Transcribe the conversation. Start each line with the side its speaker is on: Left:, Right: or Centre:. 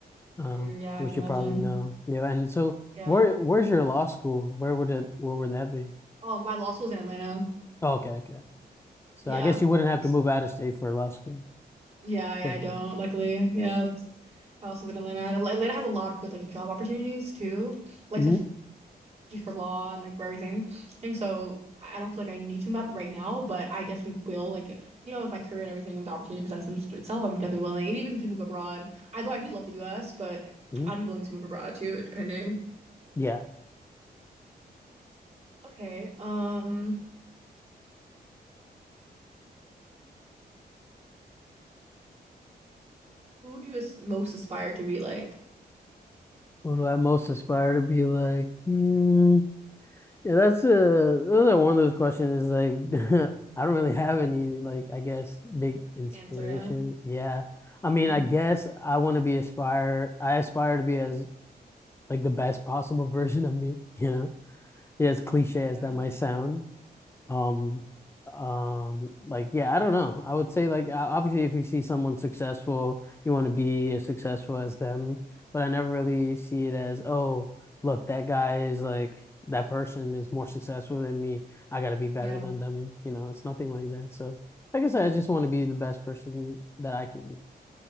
Left: um,
Right: Mm, yeah,
Left: which
Right: I can
Left: you
Right: imagine.
Left: probably know. Yeah, and so
Right: Yeah.
Left: where where's your law school? Where would it where would that be?
Right: Oh, my law school's in Atlanta.
Left: Oh, okay, okay. So
Right: Yeah.
Left: I guess you wouldn't have
Right: S-
Left: to move out of state for law school.
Right: Yeah, yeah,
Left: technically.
Right: I don't, luckily. Yeah, I also live in Atlanta. And Atla- Atlanta has a lot of good like job opportunities too, like
Left: Mhm,
Right: especially for law and like for everything. And so I don't feel like I need to move out right now, but I definitely will. Like you know, with my career and everything, if the opportunity presents them- itself, I'm definitely willing. And even to move abroad, I though I do love the U.S., but
Left: mhm.
Right: I'd be willing to move abroad too, depending.
Left: Yeah.
Right: Okay. Um, who do you as- most aspire to be like?
Left: What do I most aspire to be like? Hmm. Yeah, that's uh another one of those questions is like <laughs> I don't really have any like I guess big inspiration.
Right: Answer. Yeah.
Left: Yeah. I
Right: hmm
Left: mean, I guess I want to be aspire I aspire to be as like the best possible <laughs> version of me, you know? Yeah, as cliche
Right: Yeah.
Left: as that might sound. Um, um, like yeah, I don't know. I would say like o- obviously if you see someone successful, you want to be as successful as them, but I never really see it as, oh, look, that guy is like that person is more successful than me. I gotta be better
Right: Yeah.
Left: than them. You know, it's nothing like that. So like I said, I just want to be the best person that I can be.